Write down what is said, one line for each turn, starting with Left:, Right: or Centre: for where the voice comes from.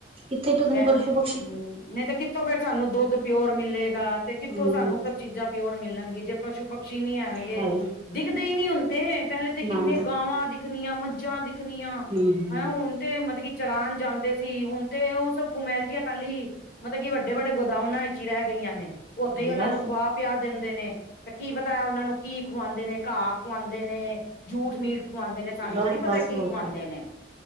Right: ਕਿੱਥੇ ਟਿਕਣ
Left: ਫੇਰ
Right: ਪਸ਼ੂ ਪਕਸ਼ੀ
Left: ਹੂੰ ਨਈਂ ਤਾਂ ਕਿ ਕਿੱਥੋਂ ਫਿਰ ਸਾਨੂੰ ਦੁੱਧ ਪਿਓਰ ਮਿਲੇਗਾ ਤੇ ਕਿੱਥੋਂ
Right: ਹੂੰ
Left: ਸਾਨੂੰ ਸਭ ਚੀਜ਼ਾਂ ਪਿਓਰ ਮਿਲਨਗੀ ਜੇ ਪਸ਼ੂ-ਪਕਸ਼ੀ ਨੀ ਆਨਗੇ।
Right: ਹੈ ਹੀ ਨੀ।
Left: ਦਿਖਦੇ ਈ ਨਈ ਹੁਨ ਤੇ ਪੈਲੇ ਤੇ ਕਿੰਨੇ
Right: ਨਾ ਨਾ
Left: ਗਾਵਾਂ ਦਿਖਨੀਆਂ, ਮੱਝਾਂ ਦਿਖਨੀਆਂ।
Right: ਕੀ ਹੂੰ
Left: ਤੇ ਮਤਲਬ ਕੀ ਚਰਾਨ ਜਾਂਦੇ ਸੀ ਹੁਨ ਤੇ ਓ ਸਬ ਫਮੈਲਿਟੀਆਂ ਖਾਲੀ। ਮਤਲਬ ਕੀ ਵੱਡੇ-ਵੱਡੇ ਗੋਦਾਵਨਾਂ ਵਿੱਚ ਈ ਰੈ ਗਈਆਂ ਨੇ, ਓਥੇ ਈ ਓਨਾਂ
Right: ਬਸ
Left: ਨੂੰ ਖੁਆ ਪਿਆ ਦਿੰਦੇ ਨੇ, ਤੇ ਕੀ ਪਤਾ ਓਨਾਂ ਨੂੰ ਕੀ ਖਵਾਂਦੇ ਨੇ ਘਾਅ ਖਵਾਂਦੇ ਨੇ ਜੂਠ ਮੀਠ ਖਵਾਂਦੇ ਨੇ, ਸਾਨੂੰ
Right: ਬਸ
Left: ਥੋੜੀ ਪਤਾ
Right: ਬਸ
Left: ਕੀ
Right: ਹੋਰ
Left: ਖਵਾਂਦੇ ਨੇ।